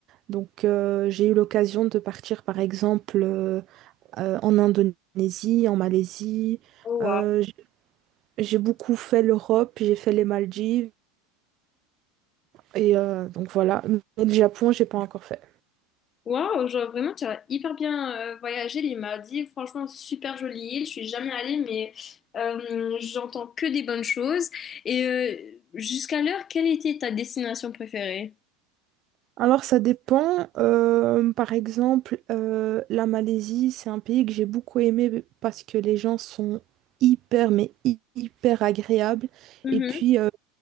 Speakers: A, on the right; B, on the left.
A: Donc euh, j'ai eu l'occasion de partir par exemple euh, en Indonésie, en Malaisie.
B: Oh, wow.
A: Euh, j- j'ai beaucoup fait l'Europe, j'ai fait les Maldives. Et euh, donc voilà, mais le Japon, j'ai pas encore fait.
B: Waouh, genre vraiment, tu as hyper bien euh, voyagé les Maldives. Franchement, super jolie île. Je suis jamais allée, mais euh, j'entends que des bonnes choses. Et euh, jusqu'à l'heure, quelle était ta destination préférée?
A: Alors ça dépend. euh, par exemple, euh, la Malaisie, c'est un pays que j'ai beaucoup aimé parce que les gens sont hyper, mais hy- hyper agréables.
B: Mhm,
A: Et puis euh,